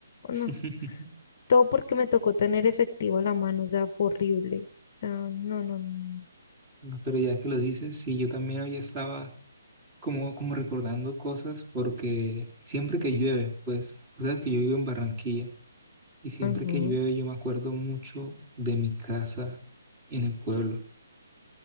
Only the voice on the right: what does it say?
<laughs>
Pero ya que lo dices, sí, yo también hoy estaba como, como recordando cosas porque siempre que llueve, pues, o sea, que yo vivo en Barranquilla y siempre
que llueve yo me acuerdo mucho de mi casa en el pueblo.